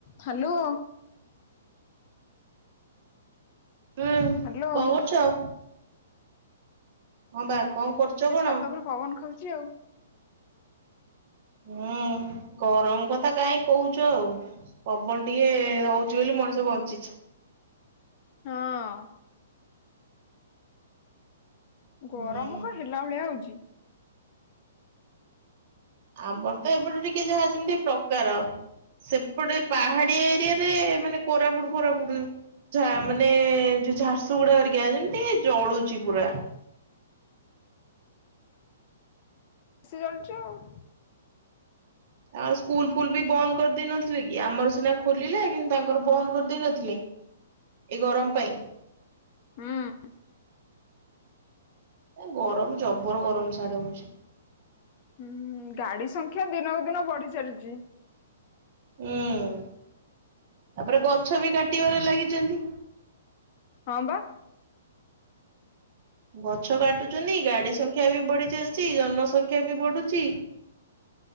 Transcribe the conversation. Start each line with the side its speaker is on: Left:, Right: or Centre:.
Left: Hello
Right: ହୁଁ
Left: hello
Right: କଣ କରୁଛ ହଁ ବା କଣ କରୁଛ
Left: ସେ
Right: କଣ?
Left: ଛାତ ଉପରେ ପବନ ଖାଉଛି ଆଉ
Right: ହୁଁ ଗରମ କଥା କାହିଁ କହୁଛ ଆଉ ପବନ ଟିକେ ହଉଛି ବୋଲି ମଣିଷ ବଞ୍ଚିଛି
Left: ହଁ ଗରମ
Right: ହୁଁ
Left: କ ହେଲା ଭଳିଆ ହଉଚି
Right: ଆମର ତ ଏପଟେ ଟିକେ ଯାହା ଯେମିତି ପ୍ରକାର ସେପଟେ ପାହାଡିଆ ଏରିଆରେ, ମାନେ କୋରାପୁଟ ଫୋରାପୁଟ ଝା ମାନେ ଯୋଉ ଝାରସୁଗୁଡା ଅରିକା ଯେମିତି ଜଳୁଛି ପୁରା।
Left: <unintelligible> ଆଉ।
Right: ଆମ ସ୍କୁଲ ଫୁଲ ବି ବନ୍ଦ କରିଦେଇ ନଥିଲେ କି? ଆମର ସିନା ଖୋଲିଲେ, କିନ୍ତୁ ତାଙ୍କର ବନ୍ଦ କରିଦେଇ ନଥିଲେ। ଏଇ ଗରମ ପାଇଁ।
Left: ହଁ।
Right: ଗରମ ଜବର ଗରମ ସାଡେ ହଉଚି।
Left: ହୁଁ ଗାଡି ସଂଖ୍ୟା ଦିନକୁ ଦିନ ବଢି ଚାଲିଚି।
Right: ହୁଁ ତାପରେ ଗଛ ବି କାଟିବାରେ ଲାଗିଛନ୍ତି।
Left: ହଁ ବା।
Right: ଗଛ କାଟୁଚନ୍ତି, ଗାଡି ସଂଖ୍ୟା ବି ବଢି ଚାଲିଚି, ଜନସଂଖ୍ୟା ବି ବଢୁଚି।